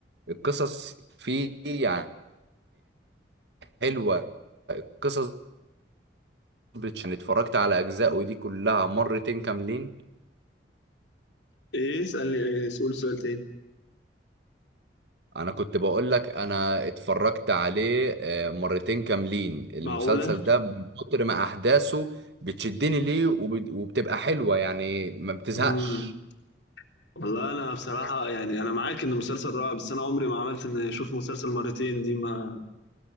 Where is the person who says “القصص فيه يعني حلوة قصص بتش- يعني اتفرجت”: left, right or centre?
Right